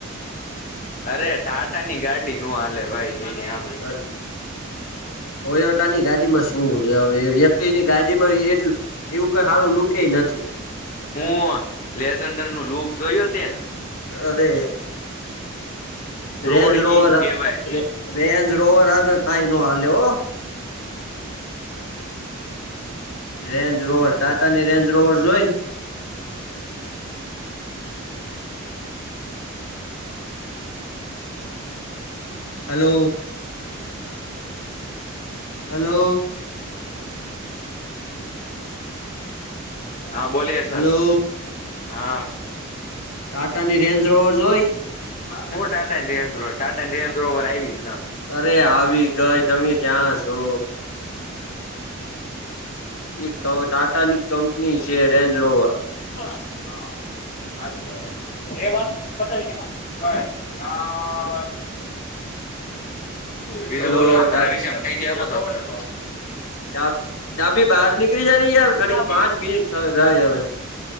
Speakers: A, on the left; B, on the left.
A: અરે ટાટાની ગાડી નો હાલે ભાઈ એની હામે
B: અરે હ ટોયટાની ગાડી માં શું હવે વ્યક્તિ ની ગાડી એટલ એવું કઈ સારું લુકે નથી.
A: હું લેઝન્ડર નું લુક જોયો ત
B: અરે રેન્જ
A: રોડ
B: ર
A: કિંગ કેવાય
B: રેજ બોવર આગળ કઈ ન હાલ્યો રેન્જ રોવર ટાટાની રેન્જ રોવર જોઈ <unintelligible> હલો હલો
A: હા બોલે સર
B: હલો
A: હા
B: ટાટાની રેન્જ રોવર જોઈ
A: હું Tata Range Rover Tata Range Rover આવી જ
B: અરે આવી ગઈ તમે ક્યાં છો. એક ટાટા ની કંપની છે રેન્જ રોવર
A: શ હા આ સાચી વાત છે રેવાન્સ બટલ હ <unintelligible> બીજું
B: હલો
A: બોલો તમારા
B: ડા
A: વિશે માહિતી આપો હોને.
B: ડા ડાભી બહાર નીકળી જા ની યાર ઘડીક
A: આ
B: પાંચ મિનિટ થઈ રહી
A: બરોબર.
B: હવે